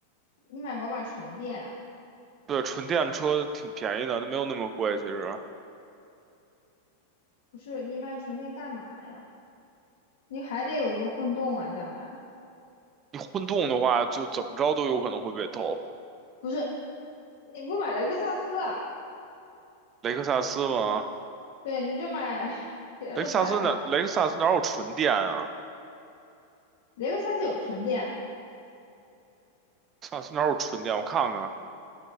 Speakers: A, on the left; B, on the right.
A: 你买宝马纯电啊，
B: 对，纯电车挺便宜的，它没有那么贵。其实
A: 不是你买纯电干嘛呀？你还得有一个混动啊，将来。
B: 你混动的话，就怎么着都有可能会被偷。
A: 不是，你不买雷克萨斯啊？
B: 雷克萨斯嘛，
A: 对，你就买 <laughs> 别的牌吧。
B: 雷克萨斯哪雷克萨斯哪有纯电啊？雷
A: 雷克萨斯有纯电，
B: 克萨斯哪有纯电？我看看，